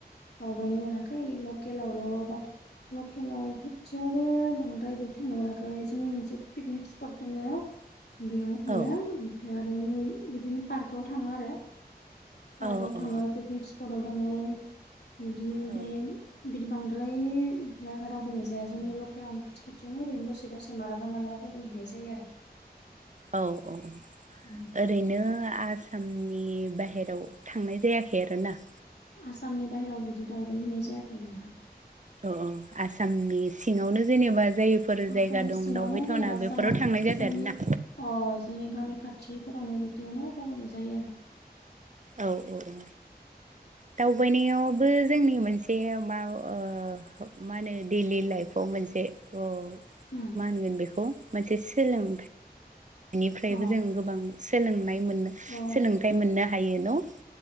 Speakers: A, on the left; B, on the right.
A: दावबायनो मोनाखै लकेलावल' बाथ' लकेलाव खाथियावबो बांद्राय बिदि थांनो मोनाखै जोंनि मोनसे पिकनिक स्पट दङो।
B: <inaudible>
A: बेयाव थाङो
B: औ
A: ओमफ्राय आरो बिदिनो पार्कआव थाङो आरो। पार्कआव
B: औ औ
A: थाङो पिकनिक स्पटाव थाङो बिदिनो ओमफ्राय
B: औ
A: बिदि बांद्राय बि दावबायनाय जाया जोंनि लकेलाव। खाथि खाथियावनो ओरैनो दसे दसे माला मालाबा बेरायहैनाय जायो आरो।
B: औ औ
A: उम
B: ओरैनो आसामनि बाहेराव थांनाय जायाखै आरोना।
A: आसामनि बाहहेरायाव बिदि दावबाय हैैनाय जायाखै नोंथां।
B: औ औ आसामनि सिङावनो जेनेबा जायफोर
A: आसामनि
B: जायगा दं
A: सिङावनो
B: दावबायथावना
A: जेनेबा
B: बे
A: जा
B: न'खराव थांनाय जादों
A: जोंनि
B: आरो ना।
A: अ जोंनि गामि खाथिफोरावनो बिदियावनो दावबायनाय जायो आरो।
B: औ औ औ दावबायनायावबो जोंनि मोनसे मा ओ मा होनो दैडलि लाइफआव मोनसे अ
A: उम
B: मा होनगोन बेखौ मोनसे सोलोंथाइ बेनिफ्रायबो
A: अ
B: जों गोबां सोलोंनाय मोननो
A: अ
B: सोलोंथाइ मोननो हायो न'?